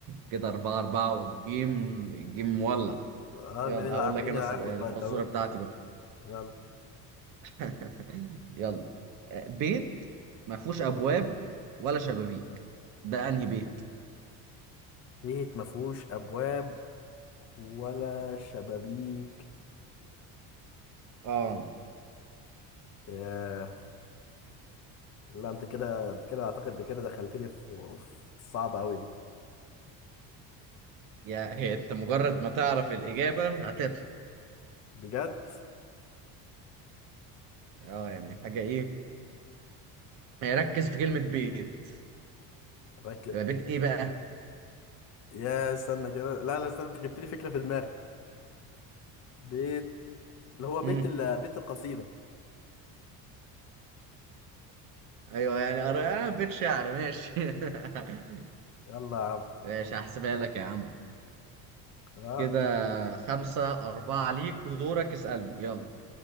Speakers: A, on the right (about 55°); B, on the left (about 40°).
A: كده أربعة أربعة والجيم الجيم مولع
B: اه
A: يلا
B: مين اللي
A: هقول
B: عم-
A: لك
B: مين
A: أنا
B: اللي
A: س-
B: هياخد
A: الفزورة
B: بقى الدوري
A: بتاعتي بقى
B: يلا
A: <laughs> يلا آه، بيت ما فيهوش أبواب ولا شبابيك ده أنهي بيت
B: بيت ما فيهوش ابواب ولا شبابيك
A: اه
B: آه لا انت كده انت كده اعتقد انت كده دخلتني في في الصعبة قوي دي
A: يا هي أنت مجرد ما تعرف الإجابة هتضحك
B: بجد
A: اه يعني حاجة ايه يعني ركز في كلمة بيت
B: ركز
A: يبقى بيت ايه بقى؟
B: يا استنى كده لا لا استنى انت جبت لي فكرة في دماغي بيت اللي هو بيت
A: مم.
B: ال... بيت القصيدة
A: ايوه يعني قر- آه بيت شعر ماشي <laughs>
B: يلا يا عم
A: ماشي هحسبها لك يا عم
B: لا
A: كده خمسة أربعة ليك ودورك اسألني يلا